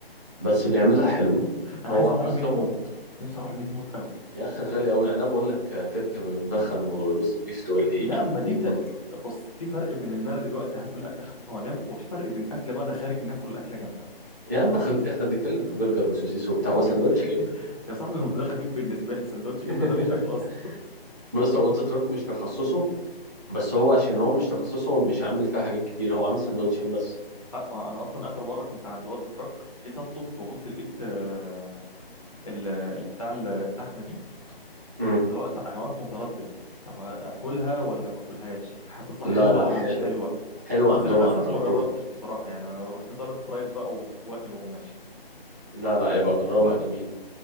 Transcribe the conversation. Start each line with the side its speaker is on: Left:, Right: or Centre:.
Right: بس بيعملها حلوة
Left: انا
Right: هو
Left: عايز
Right: أصل
Left: اروح ميت
Right: هو
Left: موت نفسي اروح ميت موت قوي
Right: يا أخي غالي أوي يعني أنا بقول لك تركي مدخن وروس بيف تقول لي
Left: لا ما دي
Right: بتموت
Left: ت... بص في فرق بين ان انا دلوقتي هاكل اكله خفيفه وانام وفي فرق بين اكله بقى انا خارج ناكل اكله جامده
Right: يا عم خلي <laughs> احنا بنتكلم في برجر وسوسيس وبتاع
Left: <laughs>
Right: هو سندوتش جبنة
Left: يا صاحبي ما ده خفيف بالنسبه لي سندوتش جبنه
Right: <laughs>
Left: ده مش اكل اصلا
Right: بص هو واد زتركي مش تخصصه بس هو عشان هو مش تخصصه هو مش عامل فيها حاجات كتير هو عامل سندوتشين بس
Left: أ- ما انا اصلا اخر مره كنت عند واد تراك جيت اطلب ببص لقيت آه، ال- البتاع ال- اللحمه دي
Right: مم.
Left: اللي هو طب انا واقف متردد طب اكلها ولا ما اكلهاش هتطلع
Right: لا
Left: حلوه
Right: لا
Left: ولا
Right: حلوة
Left: مش حلوه
Right: حلوة
Left: بس
Right: عندهم
Left: للاسف
Right: عن تجربة
Left: ما جربتش بصراحه يعني انا رحت طالب فرايد بقى و- واكل وماشي
Right: لا لا يبقى جربها جميلة